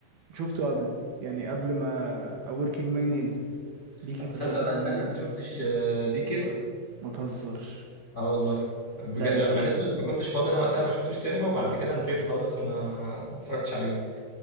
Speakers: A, on the right; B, on the left.
A: شفته قبله يعني قبل ما A Working Man ينزل بي كيبر
B: طب تصدق
A: برضه
B: بقى
A: كان
B: ان
A: جامد
B: انا ما
A: أوي.
B: شفتش بي كيبر
A: ما تهزرش
B: اه والله بجد
A: لا انت
B: لما نزل ما كنتش فاضي انا وقتها ما شفتوش سينما وبعد كده نسيت خالص وما ما اتفرجتش عليه